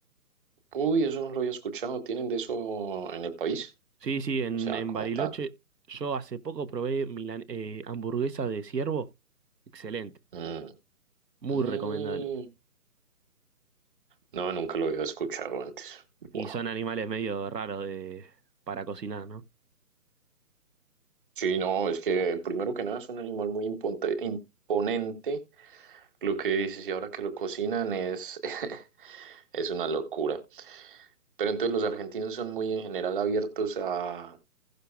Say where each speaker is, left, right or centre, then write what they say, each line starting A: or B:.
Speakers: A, on the right; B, on the right.
A: Uy, eso no lo había escuchado. ¿Tienen de eso en el país?
B: Sí, sí, en,
A: O sea,
B: en
A: como
B: Bariloche
A: tal.
B: yo hace poco probé milan- eh, hamburguesa de ciervo. Excelente,
A: Mm,
B: muy
A: mm,
B: recomendable.
A: No, nunca lo había escuchado antes.
B: Y
A: Buah.
B: son animales medio raros de, para cocinar, ¿no?
A: Sí, no, es que primero que nada es un animal muy imponte- imponente. Lo que dices, y ahora que lo cocinan es, <laughs> es una locura. Pero entonces los argentinos son muy en general abiertos a,